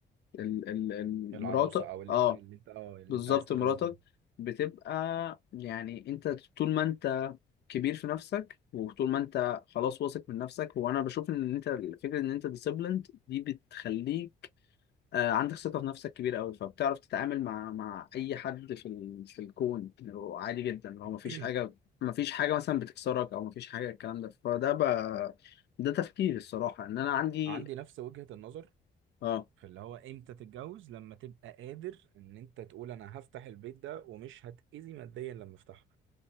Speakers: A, on the left; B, on the right.
A: ال... ال... ال...
B: العروسه
A: مراتك
B: او اللي
A: أه
B: انت اللي انت اه اللي
A: بالظبط
B: انت عايز تتجوزها
A: مراتك
B: يعني.
A: بتبقى يعني أنت طول ما أنت كبير في نفسك وطول ما أنت خلاص واثق من نفسك وأنا بشوف إن أنت فكرة إن أنت ديسيبليند دي بتخليك آه، عندك ثقة في نفسك كبيرة قوي فبتعرف تتعامل مع مع أي حد في ال... في الكون اللي هو عادي جدا اللي هو مفيش
B: <clears throat>
A: حاجة مفيش حاجة مثلا بتكسرك أو مفيش حاجة الكلام ده فده ب... ده تفكير الصراحة إن أنا عندي
B: عندي نفس وجهه النظر
A: أه
B: فاللي هو امتى تتجوز لما تبقى قادر ان انت تقول انا هفتح البيت ده ومش هتأذي ماديا لما افتحه